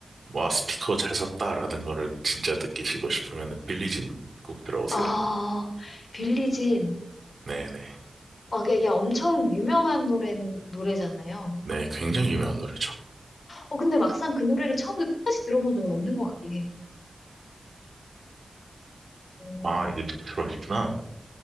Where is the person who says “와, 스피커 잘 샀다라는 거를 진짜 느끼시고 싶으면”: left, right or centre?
Right